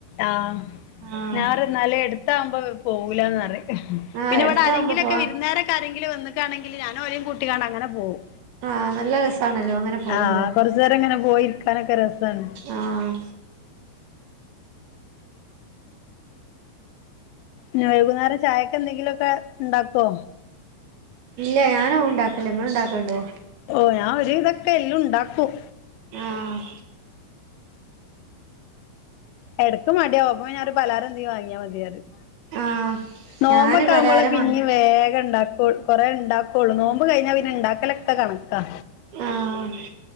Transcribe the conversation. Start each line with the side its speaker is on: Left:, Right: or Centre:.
Left: ആഹ്
Right: ആഹ്
Left: ഞാറ് ന്നാല് എട്ത്താവുമ്പ പോവൂലന്നറിം
Right: ആഹ്
Left: പിന്നെ ഇവടെ
Right: എടുത്താവുമ്പോ
Left: ആരെങ്കിലൊക്കെ
Right: പോവാ
Left: വിര്ന്നേരൊക്ക ആരെങ്കിലൊക്കെ വന്ന്ക്കാണെങ്കില് ഞാനോലി കൂട്ടിങ്ങാണ്ട് അങ്ങനെ പോകും
Right: ആഹ് നല്ല രസാണല്ലോ അങ്ങനെ പോകുമ്പോ
Left: ആഹ് കൊറച്ചേരം ഇങ്ങനെ പോയിരിക്കാനൊക്ക രസാണ്
Right: ആഹ്
Left: ഞി വൈകുന്നേരം ചായക്ക് എന്തെങ്കിലൊക്കെ ഇണ്ടാക്കൊ
Right: ഇല്ല ഞാനൊഔ ഇണ്ടാക്കൽല്ല ഇങ്ങള് ഇണ്ടാക്കല്ണ്ടൊ
Left: ഓഹ് ഞാ ഒര് വിതൊക്കെ എല്ലൊ ഇണ്ടാക്കും
Right: ആഹ്
Left: എടക്ക് മടിയാവും അപ്പം ഞാറിം പലഹാരെന്തെ വാങ്ങ്യാ മതിഅറിം
Right: ആഹ്
Left: നോമ്പൊക്കെ
Right: ഞാന് പലഹാരം
Left: ആവുമ്പള പിന്നീം
Right: വാങ്ങി
Left: വേഗം ഇണ്ടാ കൊറേ ഇണ്ടാക്കൊള്ളു നോമ്പ് കഴിഞ്ഞ പിന്നെ ഇണ്ടാക്കലൊക്ക കണക്ക
Right: ആഹ്